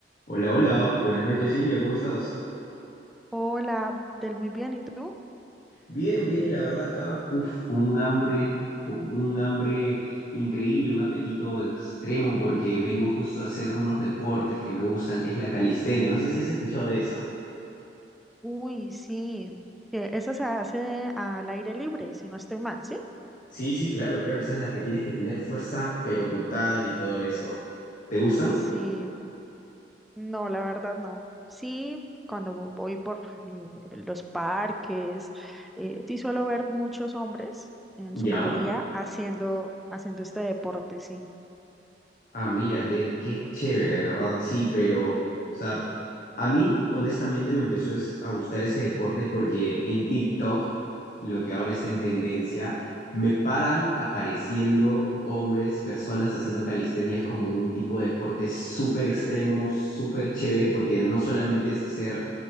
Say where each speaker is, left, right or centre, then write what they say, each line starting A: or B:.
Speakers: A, on the left; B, in the centre.
A: Hola, hola, buenas noches Silvia, ¿cómo estás?
B: Hola, Abdel, muy bien, ¿y tú?
A: Bien, bien, la verdad acá, uf, un hambre, fu- un hambre increíble, un apetito extremo porque vengo justo a hacer unos deportes que me gustan, que es la calistenia, no sé si has escuchado de esa.
B: Uy, sí, que esa se hace al aire libre, si no estoy mal, ¿sí?
A: Sí, sí, claro, claro, esa es la que tienes que tener fuerza pero brutal y todo eso. ¿Te gustan?
B: Sí, no, la verdad no. Sí, cuando vo- voy por eh, los parques, eh, sí suelo ver muchos hombres, en
A: Ya.
B: su mayoría, haciendo, haciendo este deporte, sí.
A: Ah, mira, qué, qué chévere, de verdad, sí, pero, o sea, a mí honestamente me empezó es- a gustar ese deporte porque en TikTok, lo que ahora está en tendencia, me paran apareciendo hombres, personas haciendo calistenia, es como un tipo de deporte súper extremo, súper chévere, porque no solamente es hacer